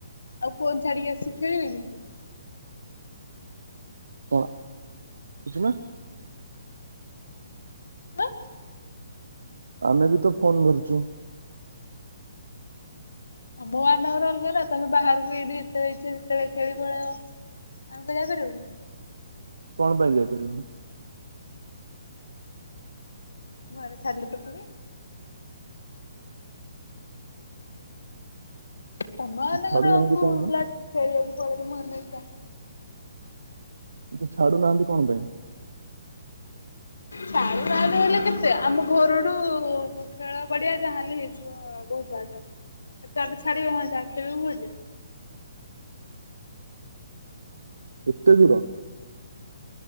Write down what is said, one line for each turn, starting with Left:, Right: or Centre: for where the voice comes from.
Left: ଆଉ ଫୋନ୍ ଛାଡିକି ଆସି ଖେଳିବେକି ସେ?
Right: କଣା କିଛିନା।
Left: ଆଁ।
Right: ଆମେ ବି ତ ଫୋନ ଧରୁଛୁ।
Left: ତମ ମାନଙ୍କର ଅଲଗା ନା ତମେ ବାହାରକୁ ଏଇଠି ଯେତେବେଳେ ଇଚ୍ଛା ସେତେବେଳେ ଖେଳି ପଳେଇବ। ଆମେ କଣ ଯାଇପାରିବୁନି?
Right: କଣ ପାଇଁ ଯାଇପାରିବନି?
Left: ଘରେ ଛାଡିଲେତ ଫୁଣି। ତମ ମାନଙ୍କର
Right: ଛାଡୁନାହାନ୍ତି
Left: ପୁଅ
Right: କଣ
Left: ପିଲା ଖେଳିବାକୁ ପଳେଇବେ ମନ ଇଚ୍ଛା।
Right: ସିଏ ତ ଛାଡୁନାହାନ୍ତି କଣ ପାଇଁ? <inaudible>
Left: ଛାଡୁ ନାହାନ୍ତି ହେଲେ କେତେ ଆମ ଘରଠୁ ଖେଳ ପଡିଆ ଯାହା ହେଲେ ହେଇଯିବ। ହଁ ବହୁତ ବାଟ ଏଟେ ବାଟ ଛାଡିବେ ମ ଯାହା ଖେଳିବୁ ବୋଲି।
Right: ଏତେ ଦୂର?